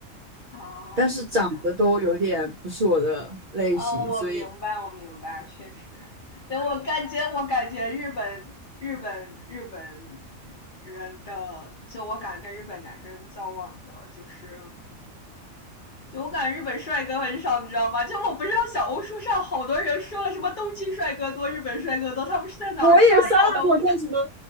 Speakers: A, on the left; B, on the right.
A: 啊，
B: 但是长得都有点不是我的类型，
A: 是吧？哦，我明白，
B: 所以。
A: 我明白，确实。对，我感觉，我感觉日本、日本、日本人的，就我感觉跟日本男生交往的，就是就我感觉日本帅哥很少，你知道吗？就我不知道小红书上好多人说了什么东京帅哥多、日本帅哥多，他们是在哪儿刷到的？
B: 我也刷到过叫什么
A: 我